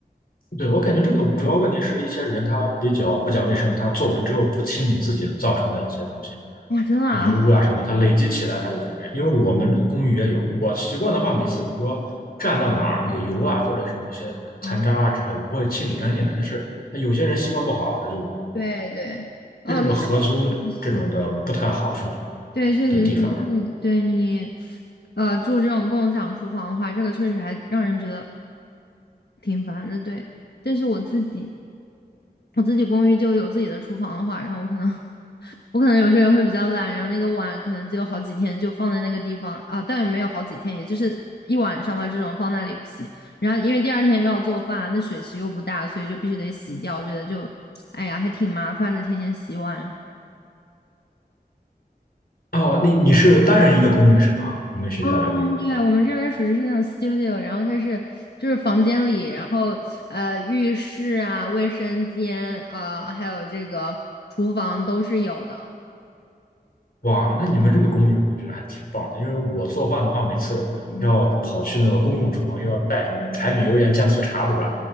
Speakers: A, on the left; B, on the left.
A: 对，我感觉这个主要问题是一些人他比较不讲卫生，他做完之后不清理自己造成的一些东西，
B: 哇，真的啊？
A: 油污啊什么，他累积起来他就成这样。因为我们公寓也有，我习惯的话，每次比如说站到哪儿有油啊，或者是有一些残渣啊之类的，
B: <laughs> 啊，
A: 我会清理干净的。但是他有些人习惯不好，他就
B: 对对，哦，
A: 这种合租这种的不太好处的
B: 那 <laughs> 是对，确实是，
A: 的地方。
B: 就是对你，呃，住这种共享厨房的话，这个确实还让人觉得挺烦的。对，但是我自己，我自己公寓就有自己的厨房的话，然后我可能，<laughs> 我可能有时候也会比较懒，然后那个碗可能就好几天就放在那个地方啊，但也没有好几天，也就是一晚上吧，这种放那里不洗。然后因为第二天又要做饭，那水池又不大，所以就必须得洗掉，我觉得就，哎呀，还挺麻烦的，天天洗碗。
A: 哦，你你是单人一个公寓是吧？你们学校的这种，
B: 嗯，对，我们这边属于是那种 studio，然后它是就是房间里，然后呃浴室啊、卫生间，呃还有这个厨房都是有的。
A: 哇，那你们这个公寓我觉得还挺棒的，因为我做饭的话，每次要跑去那个公共厨房，
B: 嗯
A: 又要带什么柴米油盐酱醋茶，对吧？